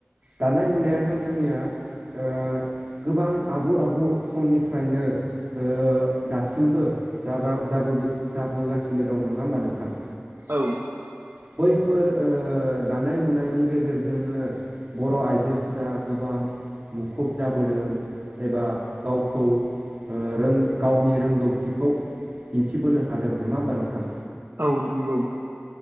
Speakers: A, on the right; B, on the right.
A: दानाय लुनायाथ' जोंनिया ओ गोबां आगु आगु समनिफ्रायनो ओ दासिमबो जा जा जाबोगासिनो दं नंङा होमबा नोंथां?
B: औ
A: बैफोर ओ दानाय लुनायनि गेजेरजोंनो बर' आइजोफोरा गोबां मुखुब जाबोदों एबा गावखौ ओ रों गावनि रोंगौथिखौ दिन्थिबोनो हादों नङा होमबा नोंथां?
B: औ नंगौ